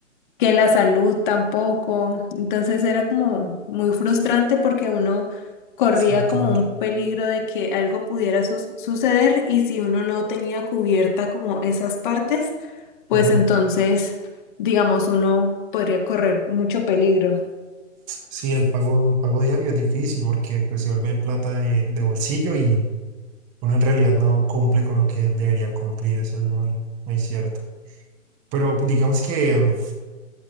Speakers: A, on the left; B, on the right.
A: que la salud tampoco. Entonces era como muy frustrante porque uno corría
B: sí, claro.
A: como un peligro de que algo pudiera sus- suceder y si uno no tenía cubierta como esas partes, pues
B: ajá
A: entonces, digamos, uno podría correr mucho peligro.
B: Sí, el pago, el pago diario es difícil porque pues, se vuelve plata de, de bolsillo y uno en realidad no cumple con lo que debería cumplir, eso es muy, muy cierto. Pero digamos que mm,